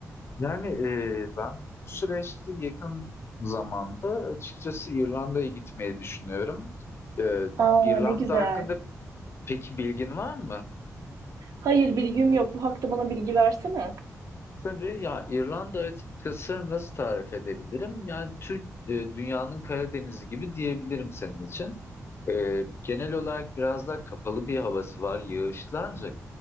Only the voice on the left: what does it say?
Yani e, ben bu süreçte yakın zamanda açıkçası İrlanda'ya gitmeyi düşünüyorum. E,
İrlanda
hakkında peki bilgin var mı?
Tabii ya İrlanda açıkçası nasıl tarif edebilirim? Yani Türk e, dünyanın Karadeniz'i gibi diyebilirim senin için. E, genel olarak biraz daha kapalı bir havası var. Yağışlı ancak